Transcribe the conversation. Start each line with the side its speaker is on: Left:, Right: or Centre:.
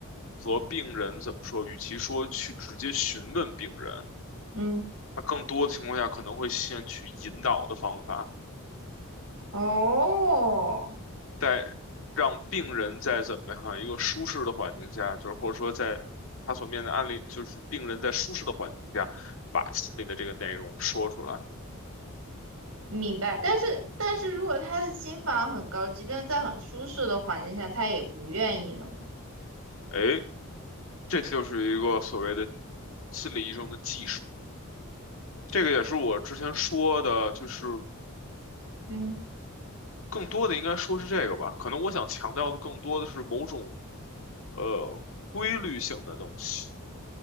Left: 和病人怎么说？与其说去直接询问病人。
Right: 嗯，
Left: 他更多的情况下可能会先去引导的方法，
Right: 哦，
Left: 再让病人在怎么样一个舒适的环境下，就是或者说在他所面对的案例，就是病人在舒适的环境下把心里的这个内容说出来。
Right: 明白。但是，但是如果他的心房很高，即便在很舒适的环境下，他也不愿意呢。
Left: 哎，这就是一个所谓的心理医生的技术。这个也是我之前说的，就是
Right: 嗯，
Left: 更多的应该说是这个吧。可能我想强调的更多的是某种呃规律性的东西。